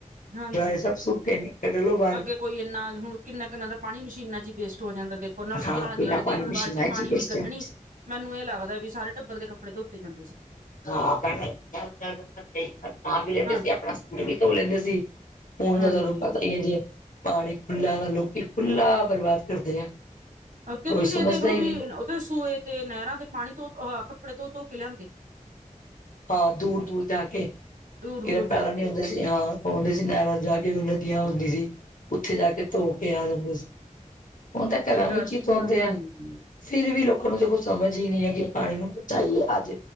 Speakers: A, on the right; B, on the left.
A: ਹਾਂਜੀ
B: ਡਰਾਏ ਸਬ ਸੁੱਕ ਗਏ ਨੇ ਕੱਢ ਲੋ ਬਾਰ।
A: ਅੱਗੇ ਕੋਈ ਏਨਾ ਹੁਨ ਕਿੰਨਾ-ਕਿੰਨਾ ਦਾ ਪਾਨੀ ਮਸ਼ੀਨਾਂ ਚ ਈ ਵੇਸਟ ਹੋ ਜਾਂਦਾ ਦੇਖ ਓ ਨਲਕੇ
B: ਹਾਂ
A: ਨਾਲ
B: ਕਿੰਨਾ
A: ਗੇੜਦੇ
B: ਪਾਣੀ
A: ਇੱਕ
B: ਮਸ਼ੀਨਾਂ
A: ਬਾਲਟੀ ਪਾਨੀ
B: ਚ ਹੀ ਵੇਸਟ
A: ਦੀ ਕੱਢਨੀ
B: ਹੈ
A: ਮੈਨੂੰ ਏ ਲੱਗਦਾ ਵੀ ਸਾਰੇ ਟੱਬਰ ਦੇ ਕੱਪੜੇ ਧੋਤੇ ਜਾਂਦੇ ਸੀ।
B: ਹਾਂ ਭੈਨੇ ਨਾ ਵੀ ਲੈਂਦੇ
A: ਹਾਂ
B: ਸੀ ਆਪਨਾ ਸੂਟ ਵੀ ਧੋ ਲੈਂਦੇ ਸੀ। ਹੁਨ
A: ਹਾਂਜੀ
B: ਦਾ ਤੁਆਨੂੰ ਪਤਾ ਈ ਐ ਜੇ ਪਾਨੀ ਖੁਲਾ ਤਾਂ ਲੋਕੀ ਖੁੱਲਾ ਬਰਬਾਦ ਕਰਦੇ ਆ।
A: ਅੱਗੇ
B: ਕੋਈ
A: ਤੁਸੀਂ
B: ਸਮਝਦਾ
A: ਏ ਦੇਖ ਲੋ
B: ਹੀ
A: ਵੀ
B: ਨਹੀਂ
A: ਓਤੇ ਸੂਏ ਤੇ ਨੈਰਾਂ ਤੇ ਪਾਨੀ ਧੋ ਕੱਪੜੇ ਧੋ-ਧੋ ਕੇ ਲਿਆਂਦੇ
B: ਹਾਂ ਦੂਰ-ਦੂਰ ਜਾ ਕੇ,
A: ਦੂਰ
B: ਕਿਤੇ
A: ਦੂਰ ਜਾ
B: ਪੈਲਾਂ ਨੀ
A: ਕੇ
B: ਹੁੰਦੇ ਸੀ ਹਾਂ ਔਂਦੇ ਸੀ ਨੈਰਾਂ ਜਾ ਕੇ ਓਨਾਂ ਨਦੀਆਂ ਹੁੰਦੀ ਸੀ, ਓਥੇ ਜਾ ਕੇ ਧੋ ਕੇ ਆ ਜਾਂਦੇ ਸੀ। ਹੁਨ ਤਾਂ ਘਰਾਂ
A: ਜੱਜ
B: ਵਿੱਚ ਈ
A: ਹਮ
B: ਧੋਂਦੇ ਆ। ਫਿਰ ਵੀ ਲੋਕਾਂ ਨੂੰ ਦੇਖੋ ਸਮਝ ਈ ਨਈਂ ਹੈਗੀ ਕੇ ਪਾਨੀ ਨੂੰ ਬਚਾਈਏ ਅੱਜ